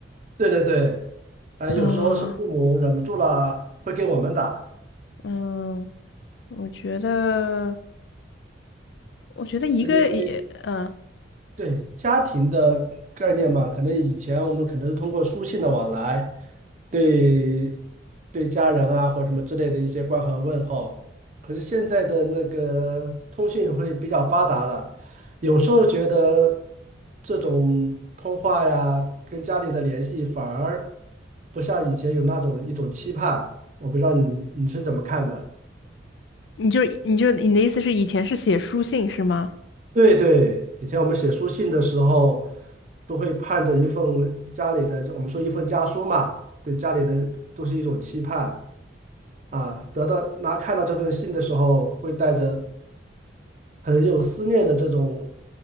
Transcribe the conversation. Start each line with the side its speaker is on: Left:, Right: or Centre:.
Right: 对对对，啊、有时候是父母忍不住了，
Left: 啊，
Right: 会给我们打，
Left: 嗯。我觉得，我觉得一个也，
Right: 呃因为
Left: 嗯、
Right: 对家庭的概念嘛，可能以前我们可能是通过书信的往来，对对家人啊或什么之类的一些关怀问候，可是现在的那个通讯会比较发达了，有时候觉得这种通话呀，跟家里的联系反而不像以前有那种一种期盼，我不知道你你是怎么看的。
Left: 你就你就你的意思是以前是写书信是吗？
Right: 对对，以前我们写书信的时候，都会盼着一份家里的，就我们说一份家书嘛，对家里的都是一种期盼啊。得到拿看到这份信的时候，会带着很有思念的这种